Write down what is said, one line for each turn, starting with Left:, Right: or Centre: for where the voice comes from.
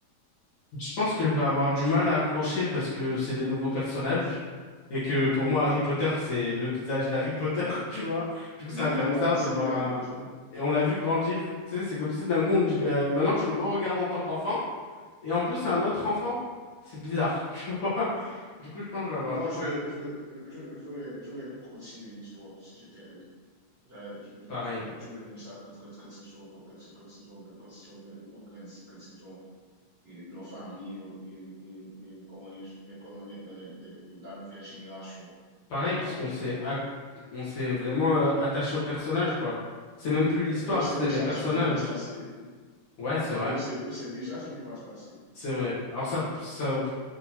Left: Je pense que je vais avoir du mal à accrocher parce que c'est des nouveaux personnages et que pour moi,
Right: Mhm.
Left: Harry Potter, c'est le visage d'Harry Potter, <laughs> tu vois. Du
Right: Oui,
Left: coup, ça va faire
Right: pour moi,
Left: bizarre
Right: c'est
Left: de voir
Right: lui Harry Potter.
Left: un... Et on l'a vu grandir, tu sais, c'est comme si d'un coup, on te dit,
Right: Oui.
Left: bah, maintenant, tu le re-regardes en tant qu'enfant et en plus,
Right: Mhm.
Left: c'est un autre enfant. C'est bizarre, <laughs> tu vois. Du coup, je pense que je vais avoir
Right: Moi,
Left: du
Right: j'aurais,
Left: mal,
Right: j'aurais, j'aurais, j'aurais j'aurais continué l'histoire si j'étais eux. J'aurais
Left: pareil.
Right: pris ça quand, quand, quand, ils sont, quand, quand, quand ils ont, quand ils sont grandi, quand ils ont et leur famille et, et, et comment, ils, comment maintenant les, les, la nouvelle génération
Left: Pareil,
Right: à
Left: parce
Right: Poudlard.
Left: qu'on s'est ac- on s'est vraiment euh, attaché aux personnages, quoi. C'est même plus l'histoire,
Right: Et on sait
Left: c'est
Right: déjà
Left: les personnages.
Right: ce qui va se passer.
Left: Ouais, c'est vrai,
Right: Et on sait, on sait déjà ce qui va se passer.
Left: c'est vrai. Alors ça, ça,